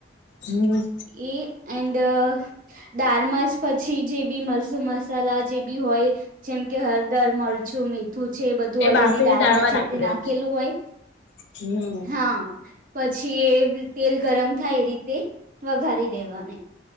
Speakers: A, on the left; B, on the right.
A: હમ.
B: એ એન્ડ. દાળમાં જ પછી જે બી મરસું મસાલા જે બી હોય. જેમ કે હળદર મરચું મીઠ. તું છે બધું
A: એ
B: ઓલરેડી
A: બાફીની
B: દળમાં
A: દાળમાં
B: છે
A: નાખી
B: તે
A: દેવાનું.
B: નાખેલું હોય
A: હમ
B: હા. પછી એ તેલ ગરમ થાય એ રીતે વઘારી દેવાની.